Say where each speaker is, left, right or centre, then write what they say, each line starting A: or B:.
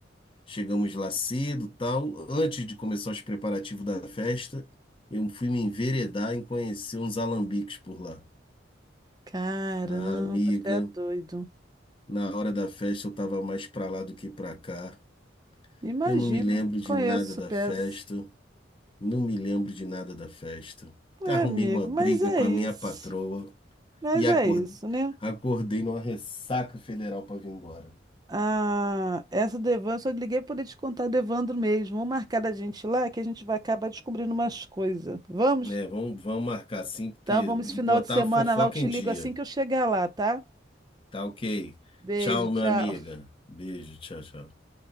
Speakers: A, on the left; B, on the right.
A: chegamos lá cedo, tal. Antes de começar os preparativos da festa, eu fui me enveredar em conhecer uns alambiques por lá.
B: Caramba,
A: Ah, amiga,
B: até doido.
A: na hora da festa eu tava mais pra lá do que pra cá.
B: Imagino.
A: Eu não me lembro
B: Conheço
A: de nada
B: essa
A: da
B: peça.
A: festa, não me lembro de nada da festa.
B: É,
A: Arrumei
B: amigo,
A: uma briga
B: mas é
A: com
B: isso.
A: a minha patroa
B: Mas
A: e acor-
B: é isso, né?
A: acordei numa ressaca federal pra vir embora.
B: Ah, essa do Evandro, só liguei para poder te contar do Evandro mesmo. Vamos marcar da gente lá que a gente vai acabar descobrindo umas coisas. Vamos?
A: É, vamos, vamos marcar sim, porque
B: Então vamos
A: e
B: esse final
A: botar
B: de semana
A: a fofoca
B: lá, eu te
A: em
B: ligo
A: dia.
B: assim que eu chegar lá, tá?
A: Tá ok.
B: Beijo,
A: Tchau,
B: tchau.
A: minha amiga. Beijo, tchau, tchau.